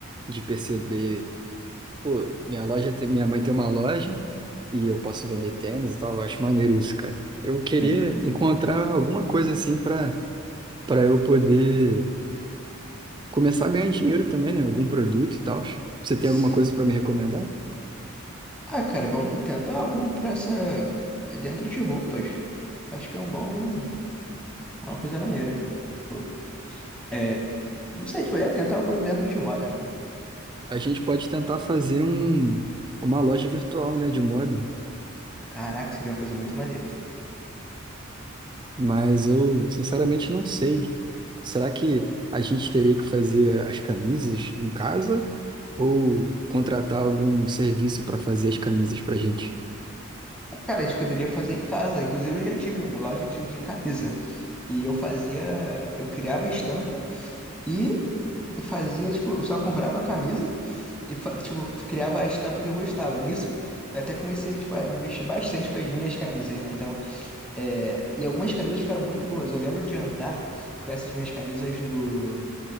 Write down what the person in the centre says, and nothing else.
Sim.
Sim.
Ah, cara, vamos tentar algum pra essa. Dentro de roupas. Acho que é um bom. Uma coisa maneira. Pô, É, não sei, tipo, é tentar algo dentro de moda.
Caraca, seria uma coisa muito maneira.
Cara, a gente poderia fazer em casa. Inclusive, eu já tive uma loja de, de camisa. E eu fazia. Eu criava a estampa e fazia, tipo, eu só comprava a camisa e, fa- tipo, criava a estampa que eu gostava. Nisso, eu até comecei, tipo, a me vestir bastante com as minhas camisas, né? Então, é... e algumas camisas ficaram muito boas. Eu lembro de andar com essas minhas camisas no,